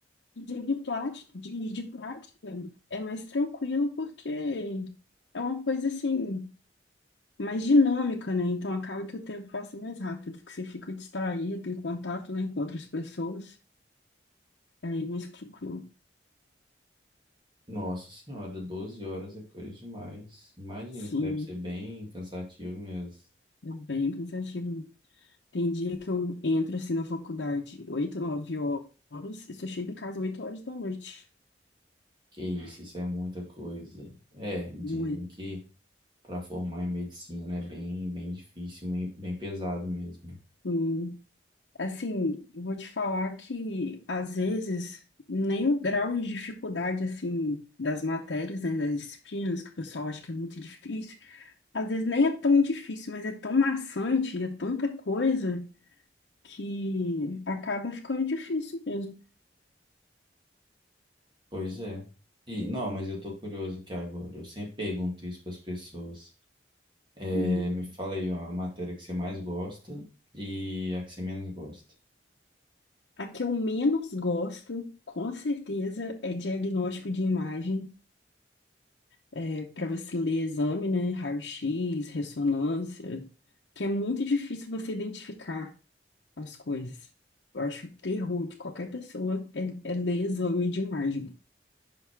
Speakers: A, on the left (about 75°); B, on the right (about 25°).
A: E dia de prática, de, de prática é mais tranquilo porque é uma coisa assim. mais dinâmica, né? Então acaba que o tempo passa mais rápido, porque você fica distraído em contato, né, com outras pessoas. Aí é mais tranquilo.
B: Nossa senhora, 12 horas é coisa demais. Imagino
A: Sim,
B: que deve ser bem cansativo mesmo.
A: é bem cansativo. Tem dia que eu entro assim na faculdade, 8, 9 horas, e só chego em casa 8 horas da noite.
B: Que isso, isso é muita coisa. É, dizem
A: Muito.
B: que para formar em medicina é bem, bem difícil, bem, bem pesado mesmo.
A: Hum, Assim, eu vou te falar que às vezes nem o grau de dificuldade assim das matérias, né, das disciplinas que o pessoal acha que é muito difícil Às vezes nem é tão difícil, mas é tão maçante, é tanta coisa que acaba ficando difícil mesmo.
B: Pois é. E não, mas eu tô curioso aqui agora. Eu sempre pergunto isso para as pessoas. É,
A: Hum.
B: me fala aí ó, a matéria que você mais gosta e a que você menos gosta.
A: A que eu menos gosto, com certeza, é diagnóstico de imagem, é, para você ler exame, né? Raio-x, ressonância, que é muito difícil você identificar as coisas. Eu acho o terror de qualquer pessoa é, é ler exame de imagem.